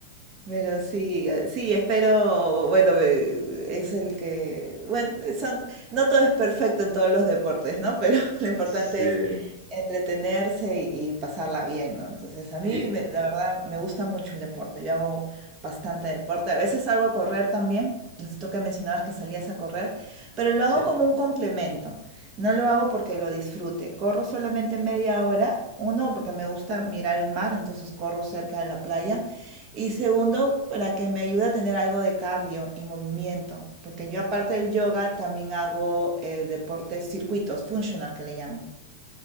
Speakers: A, on the right; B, on the right.
A: Pero sí, eh, sí, espero, bueno, me- es el que, bueno, son, no todo es perfecto en todos los deportes, ¿no? Pero <laughs> lo importante
B: Sí,
A: es entretenerse y, y pasarla bien, ¿no? Entonces, a mí,
B: y-
A: me- la verdad, me gusta mucho el deporte, yo hago bastante deporte, a veces salgo a correr también, necesito que mencionabas que salías a correr, pero lo
B: sí.
A: hago como un complemento, no lo hago porque lo disfrute, corro solamente media hora, uno, porque me gusta mirar el mar, entonces corro cerca de la playa. Y segundo, para que me ayude a tener algo de cardio y movimiento, porque yo aparte del yoga también hago eh, deportes circuitos, functional que le llaman.